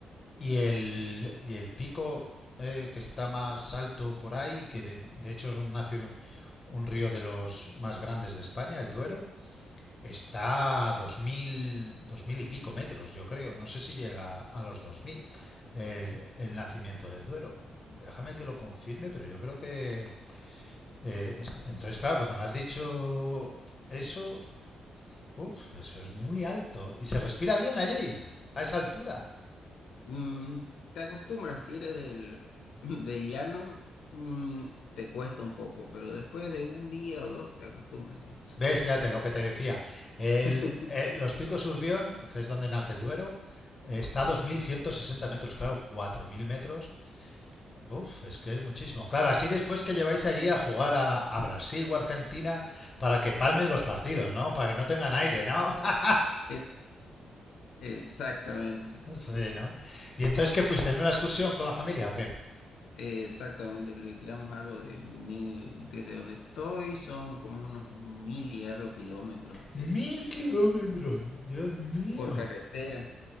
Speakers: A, on the left (about 25°); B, on the left (about 75°).
A: y el, y el pico eh, que está más alto por ahí, que de, de hecho nace un, un río de los más grandes de España, el Duero, Está a 2000, 2000 y pico metros, yo creo. No sé si llega a los 2000 el, el nacimiento del Duero. Déjame que lo confirme, pero yo creo que... eh, entonces, claro, cuando me has dicho eso, uf, eso es muy alto. Y se respira bien allí, a esa altura.
B: mm, te acostumbras, si eres del, <laughs> del llano, mm, te cuesta un poco, pero después de un día o dos te acostumbras, digamos.
A: ¿Ves? Fíjate lo que te decía. El,
B: <laughs>
A: eh, los picos Urbión, que es donde nace el Duero, está a 2.160 metros, claro, 4.000 metros Uf, es que es muchísimo. Claro, así después que lleváis allí a jugar a, a Brasil o Argentina para que palmen los partidos, ¿no? Para que no tengan aire, ¿no? <laughs>
B: Eh, Exactamente,
A: Sí, ¿no? ¿Y entonces qué fuiste? ¿En una excursión con la familia o qué?
B: exactamente. Le tiramos algo de mil, desde donde estoy son como unos mil y algo kilómetros que...
A: Mil kilómetros, Dios mío.
B: por carretera.